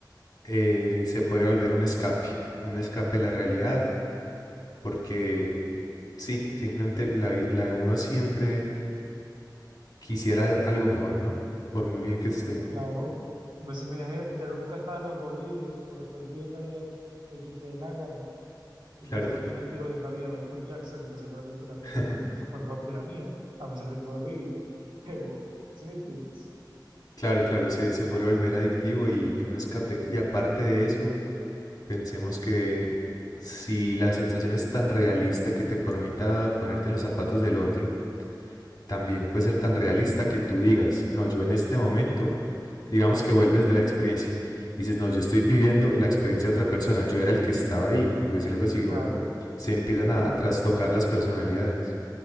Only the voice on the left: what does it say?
eh, se podría volver un escape, un escape de la realidad, porque sí, simplemente la, vi- la de uno siempre quisiera algo mejor, ¿no? Por muy bien que esté.
Claro,
y-
<laughs>
claro, claro, se, se podría volver adictivo y, y un escape. Y aparte de eso, Pensemos que si la sensación es tan realista que te permita ponerte en los zapatos del otro, también puede ser tan realista que tú digas, no, yo en este momento, digamos que vuelves de la experiencia y dices, no, yo estoy viviendo la experiencia de otra persona, yo era el que estaba ahí, por decir algo así, o
se empiezan
a,
a trastocar
las personalidades.